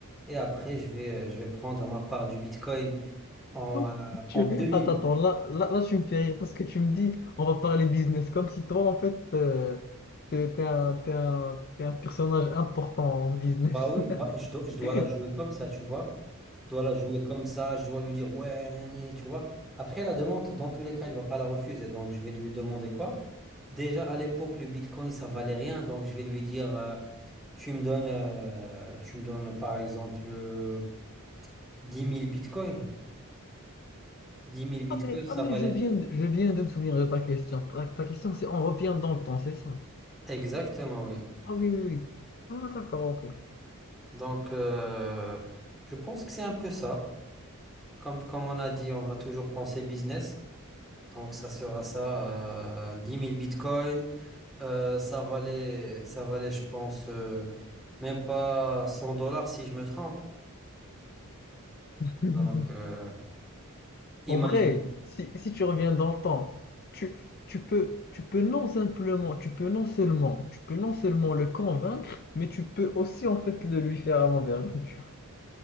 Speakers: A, in the centre; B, on the left (about 45°).
A: et après, je vais, euh, je vais prendre ma part du Bitcoin en,
B: Ouais.
A: euh,
B: Tu-
A: en 2008.
B: Attends, attends, là, là, là, tu me fais rire parce que tu me dis, on va parler business, comme si toi, en fait, euh, t'es, t'es un, t'es un, t'es un personnage important en business.
A: Bah oui, bah, je, dois je dois
B: <laughs>
A: la jouer comme ça, tu vois. Je dois la jouer comme ça, je dois lui dire, ouais, nani, tu vois. Après, la demande, dans tous les cas, il va pas la refuser, donc je vais lui demander quoi? Déjà, à l'époque, le Bitcoin, ça valait rien, donc je vais lui dire, euh, tu me donnes, euh, tu me donnes, par exemple, euh, 10 000 Bitcoins. 10 000 bitcoins,
B: Ah mais,
A: ça
B: ah mais
A: valait,
B: je viens de, je viens de me souvenir de ta question. Ta, ta question, c'est on revient dans le temps, c'est ça?
A: Exactement, oui.
B: Ah oui, oui, oui. Ah d'accord, ok.
A: Donc, euh, je pense que c'est un peu ça. Comme, comme on a dit, on va toujours penser business. Donc, ça sera ça, euh, 10 000 bitcoins. Euh, ça valait, ça valait, je pense, euh, même pas 100 dollars si je me trompe.
B: <laughs>
A: Donc, euh, imagine.
B: En vrai, si, si tu reviens dans le temps, tu, tu peux, tu peux non simplement, tu peux non seulement, tu peux non seulement le convaincre, mais tu peux aussi en fait le lui faire à l'envers. <laughs> Tu-